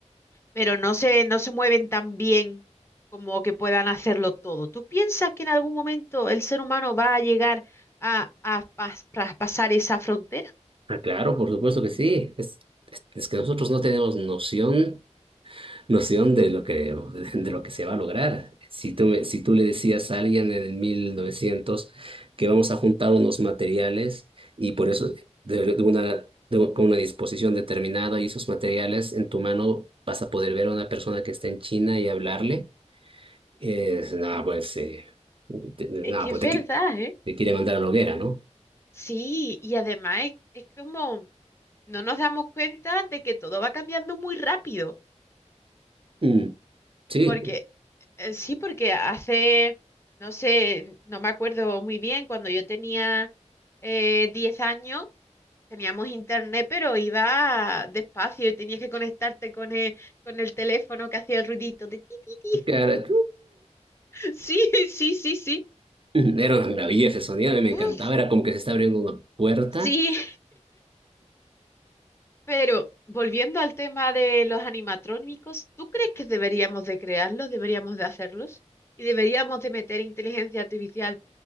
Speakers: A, on the left; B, on the right.
A: pero no se, no se mueven tan bien como que puedan hacerlo todo. ¿Tú piensas que en algún momento el ser humano va a llegar a, a pas- pra- pasar esa frontera?
B: Ah, Claro, por supuesto que sí. Es, es- es que nosotros no tenemos noción noción de lo que, <laughs> de lo que se va a lograr. Si tú, me- si tú le decías a alguien en el 1900 que vamos a juntar unos materiales y por eso de, de una, de un- con una disposición determinada y esos materiales en tu mano vas a poder ver a una persona que está en China y hablarle, eh, nada, pues, eh, te, nada,
A: Es que
B: pues
A: es
B: te,
A: verdad,
B: qui-
A: ¿eh?
B: te quiere mandar a la hoguera, ¿no?
A: Sí, y además es, es como no nos damos cuenta de que todo va cambiando muy rápido.
B: Mm, sí,
A: Porque, eh, sí, porque hace, no sé, no me acuerdo muy bien, cuando yo tenía eh, 10 años, teníamos internet, pero iba despacio y tenías que conectarte con el, con el teléfono que hacía el ruidito de ti, ti, ti.
B: claro,
A: <laughs> Sí, sí, sí, sí.
B: era <laughs> una maravilla ese sonido, a mí me
A: Uf,
B: encantaba, era como que se está abriendo una puerta.
A: sí, Pero volviendo al tema de los animatrónicos, ¿tú crees que deberíamos de crearlos, deberíamos de hacerlos y deberíamos de meter inteligencia artificial